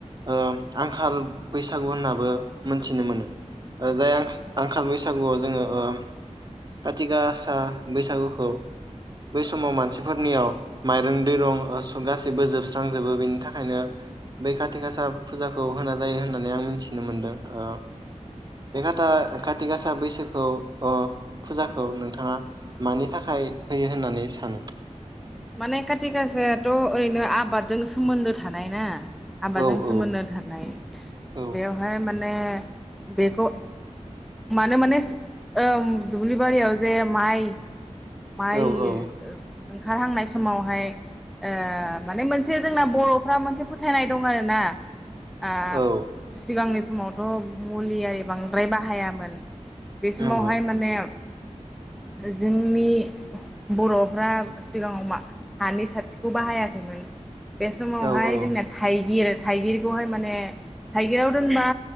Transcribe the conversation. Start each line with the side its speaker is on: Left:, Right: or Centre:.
Right: ओ आंखाल बैसागु होननाबो मोनथिनो मोनो। ओ जाय आंखाल बैसागुआव जोङो ओ काथि गासा बैसागुखौ बै समाव मानसिफोरनियाव माइरं दैरं ओ सो गासैबो जोबस्रांजोबो बेनि थाखायनो बै काति गासा फुजाखौ होनाय जायो होननानै आं मिथिनो मोनदों ओ बे काता काति गासा बैसोखौ अ फुजाखौ नोंथाङा मानि थाखाय होयो होननानै सानो?
Centre: माने खाथि गासायाथ' ओरैनो आबादजों सोमोनदो थानाय ना आबाजों
Right: औ
Centre: सोमोन्दो
Right: औ
Centre: थानाय
Right: औ
Centre: बेवहाय मान ने बेखौ। मानो मानेस ओ दुबलिबारियाव जे माइ माइ
Right: औ औ
Centre: ओ ओंखारहांनाय समावहाय ओ माने मोनसे जोंना बर'फ्रा मोनसे फोथायनाय दं आरोना। आ
Right: औ
Centre: सिगांनि समावथ' मुलि आइ बांद्राय बाहाया मोन बे समावहाय
Right: नंगौ
Centre: माने जोंनि बर'फ्रा सिगाङाव मा हानि साथिखौ बाहायाखैमोन। बे समावहाय
Right: औ औ
Centre: जोंना थाइगिर थाइगिरखौहाय माने थाइगिराव दोनबा